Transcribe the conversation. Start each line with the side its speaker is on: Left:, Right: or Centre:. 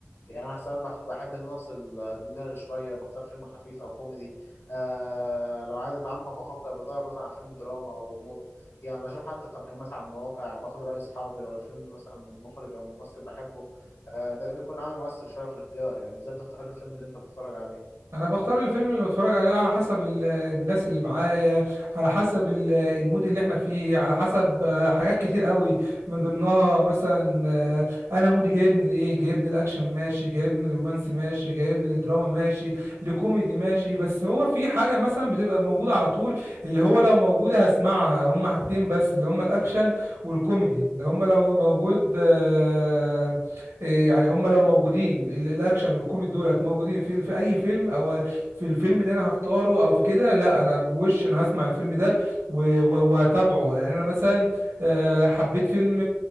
Left: يعني انا ساعات بخ- بحب ان أنا افصل دماغي شويه بختار فيلم خفيف او كوميدي آه لو عايز اتعمق وافكر بدور مثلا على فيلم دراما او غموض يعني بشوف حتى التقييمات على المواقع باخد راي اصحابي لو الفيلم مثلا من مخرج او ممثل بحبه آه ده بيكون عامل مؤثر شويه في الاختيار يعني ازاي بتختار الفيلم اللي انت تتفرج عليه
Right: انا بختار الفيلم اللي بتفرج عليه على حسب ال- الناس اللي معايا على حسب ال- المود اللي احنا فيه على حسب آه، حاجات كتير قوي من ضمنها مثلا آه، انا مودي جايبني لايه جايبني الاكشن ماشي جايبني الرومانسي ماشي جايبني الدراما ماشي لكوميدي ماشي بس هو في حاجة مثلا بتبقى موجودة على طول اللي هو لو موجودة هسمعها هما حاجتين بس اللي هما الاكشن والكوميدي اللي هما لو موجود آه، إيه يعني هم لو موجودين ال- الاكشن والكوميدي دولت موجودين في في اي فيلم او في الفيلم اللي انا هختاره او في كده لا انا بوش انا هسمع الفيلم ده و- و- وهتابعه يعني انا مثلا آه، حبيت فيلم